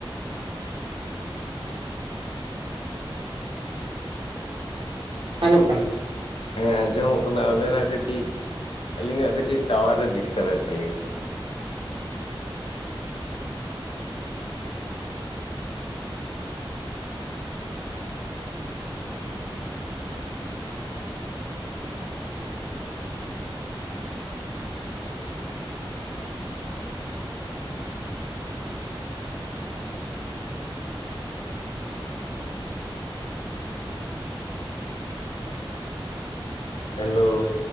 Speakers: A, on the right; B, on the left.
A: ᱵᱟᱝ ᱟᱧᱚᱜ ᱠᱟᱱᱟ
B: ᱦᱮᱸ ᱟᱸᱡᱚᱢᱚᱜ ᱠᱟᱱᱟ ᱟᱵᱮᱱᱟᱜ ᱠᱟᱹᱴᱤᱡ ᱟᱞᱤᱧᱟᱜ ᱠᱟᱹᱴᱤᱡ ᱴᱟᱣᱟᱨ ᱨᱮ ᱰᱤᱥᱴᱟᱵ ᱮᱫ ᱛᱟᱹᱞᱤᱧᱟ ᱦᱮᱞᱳ